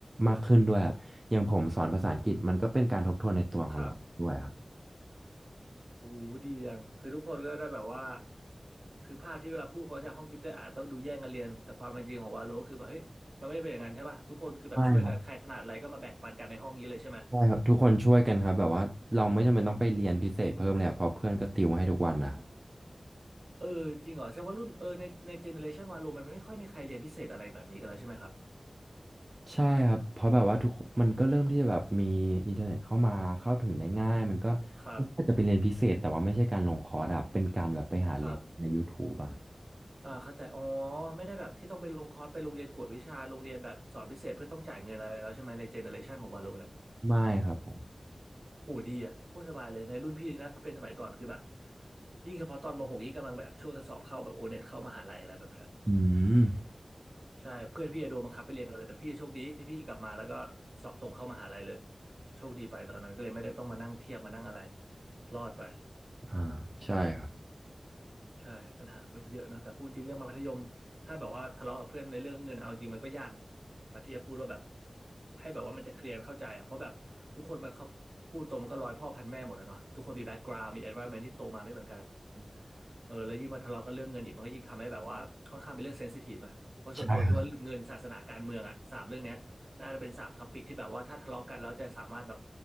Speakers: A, on the right (about 40°); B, on the right (about 65°).
A: มากขึ้นด้วยครับอย่างผมสอนภาษาอังกฤษมันก็เป็นการทบทวนในตัวของเราด้วยครับ
B: ครับ โอ้ดีจังคือทุกคนก็ได้แบบว่าคือภาพที่เวลาพูดเขาจะห้องกิฟต์ได้อาจต้องดูแย่งกันเรียนแต่ความเป็นจริงของวาโลก็คือแบบเฮ้ยมันไม่ได้เป็นอย่างนั้นใช่ป่ะทุกคนคือแบบช่วยกันใครถนัดอะไรก็มาแบ่งปันกันในห้องนี้เลยใช่ไหม
A: ใช่ครับใช่ครับทุกคนช่วยกันครับแบบว่าเราไม่จำเป็นต้องไปเรียนพิเศษเพิ่มเลยครับเพราะเพื่อนก็ติวให้ทุกวันนะครับ
B: เออจริงเหรอแสดงว่ารุ่นเออในในเจเนอเรชันวาโลมันไม่ค่อยมีใครเรียนพิเศษอะไรแบบนี้กันแล้วใช่ไหมครับ
A: ใช่ครับเพราะแบบว่าทุกคนมันก็เริ่มที่จะแบบมีอินเทอร์เน็ตเข้ามาเข้าถึงได้ง่ายมันก็ไม่ใช่จะเป็นเรียนพิเศษแต่ว่าไม่ใช่การลงคอร์สอะเป็นการแบบไปหาเรียนใน
B: ครับครับ
A: YouTube อะ
B: อ่าเข้าใจอ๋อไม่ได้แบบที่ต้องไปลงคอร์สไปโรงเรียนกวดวิชาโรงเรียนแบบสอนพิเศษเพื่อต้องจ่ายเงินอะไรแล้วใช่ไหมในเจเนอเรชันของวาโล
A: ไม่ครับผม
B: โหดีอ่ะโคตรสบายเลยในรุ่นพี่นะเป็นสมัยก่อนคือแบบยิ่งเฉพาะตอนม .6 ยิ่งกำลังแบบช่วงจะสอบเข้าแบบโอเน็ตเข้ามหาลัยอะไรแบบเนี้ย
A: อืม
B: ใช่เพื่อนพี่อะโดนบังคับไปเรียนกันเลยแต่พี่โชคดีที่พี่กลับมาแล้วก็สอบตรงเข้ามหาลัยเลยโชคดีไปตอนนั้นก็เลยไม่ได้ต้องมานั่งเทียบมานั่งอะไรรอดไป
A: อ่าใช่ครับ
B: ใช่ปัญหาก็เยอะนะแต่พูดจริงเรื่องมัธยมถ้าแบบว่าทะเลาะกับเพื่อนในเรื่องเงินเอาจริงมันก็ยากนะที่จะพูดว่าแบบให้แบบว่ามันจะเคลียร์นเข้าใจอ่ะเพราะแบบทุกคนมันเขาพูดตรงมันก็ร้อยพ่อพันแม่หมดอะเนาะทุกคนมีแบ็กกราวด์มี environment ที่โตมาไม่เหมือนกัน เออแล้วยิ่งมาทะเลาะกันเรื่องเงินอีกมันก็ยิ่งทำให้แบบว่าค่อนข้างเป็นเรื่องเซนซิทีฟอะเพราะส่วนตัวคิดว่าเงินศาสนาการเมืองอะสามเรื่องเนี้ยน่าจะเป็นสามท็อปิกที่แบบว่าถ้าทะเลาะกันแล้วจะสามารถแบบ
A: ใช่ครับ